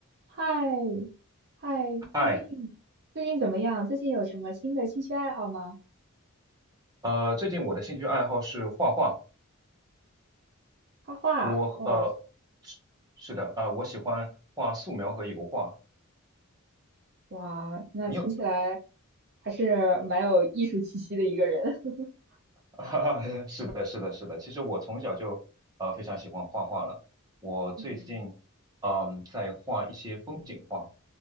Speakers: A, on the right; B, on the right.
A: 嗨，嗨，
B: 嗨，
A: 最近最近怎么样？最近有什么新的兴趣爱好吗？
B: 呃，最近我的兴趣爱好是画画，
A: 画画，
B: 我呃是是的，
A: 哇
B: 呃，我喜欢画素描和油画。
A: 哇，那听起来
B: 你有，
A: 还是蛮有艺术气息的一个人。<laughs>
B: <laughs> 哈哈是的，是的，是的。其实我从小就呃非常喜欢画画了。我最近嗯、
A: 嗯，
B: 在画一些风景画，